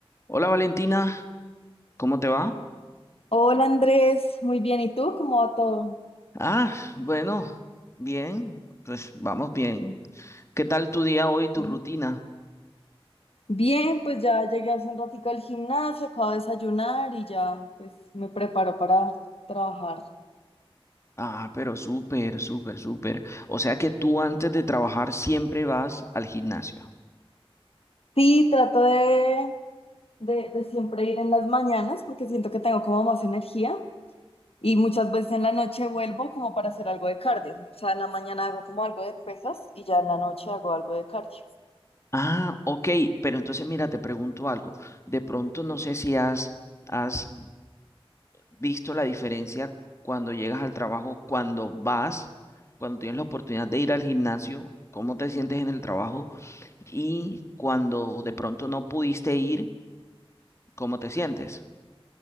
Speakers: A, on the left (about 30°); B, on the left (about 75°).
A: Hola Valentina, ¿cómo te va?
B: Hola Andrés, muy bien. ¿Y tú? ¿Cómo va todo?
A: Ah, bueno, bien, pues vamos bien. ¿Qué tal tu día hoy, tu
B: Mm.
A: rutina?
B: Bien, pues ya llegué hace un ratico al gimnasio, acabo de desayunar y ya pues me preparo para trabajar.
A: Ah, pero súper, súper, súper. O sea que tú antes de trabajar siempre vas al gimnasio.
B: Sí, trato de, de, de siempre ir en las mañanas porque siento que tengo como más energía y muchas veces en la noche vuelvo como para hacer algo de cardio. O sea, en la mañana hago como algo de pesas y ya en la noche hago algo de cardio.
A: Ah, ok, pero entonces mira, te pregunto algo. De pronto no sé si has, has visto la diferencia cuando llegas al trabajo, cuando vas, cuando tienes la oportunidad de ir al gimnasio, cómo te sientes en el trabajo y cuando de pronto no pudiste ir, cómo te sientes?